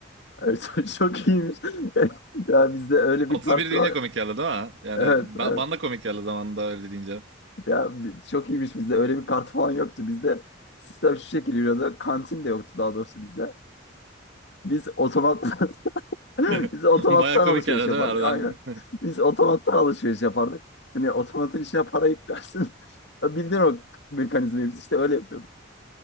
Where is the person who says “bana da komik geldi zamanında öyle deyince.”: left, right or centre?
Right